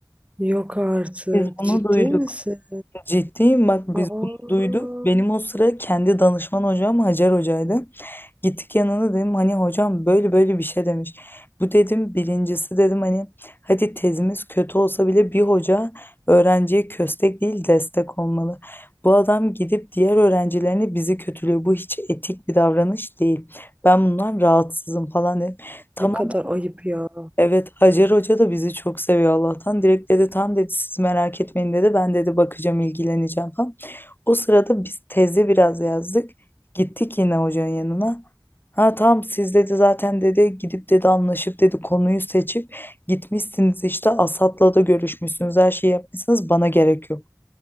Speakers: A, on the right (about 15°); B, on the left (about 25°).
A: Yok artık.
B: Biz bunu
A: Ciddi
B: duyduk.
A: misin?
B: Ciddiyim bak biz
A: Aa,
B: bunu duyduk. Benim o sıra kendi danışman hocam Hacer hocaydı. Gittik yanına dedim hani hocam böyle böyle bir şey demiş. Bu dedim birincisi dedim hani hadi tezimiz kötü olsa bile bir hoca öğrenciye köstek değil destek olmalı. Bu adam gidip diğer öğrencilerini bizi kötülüyor. Bu hiç etik bir davranış değil. Ben bundan rahatsızım falan dedim. Tamam
A: ne kadar ayıp ya.
B: Evet Hacer Hoca da bizi çok seviyor Allah'tan. Direkt dedi tam dedi siz merak etmeyin dedi. Ben dedi bakacağım ilgileneceğim falan. O sırada biz teze biraz yazdık. Gittik yine hocanın yanına. Ha tamam siz dedi zaten dedi gidip dedi anlaşıp dedi konuyu seçip gitmişsiniz işte Asat'la da görüşmüşsünüz her şeyi yapmışsınız bana gerek yok.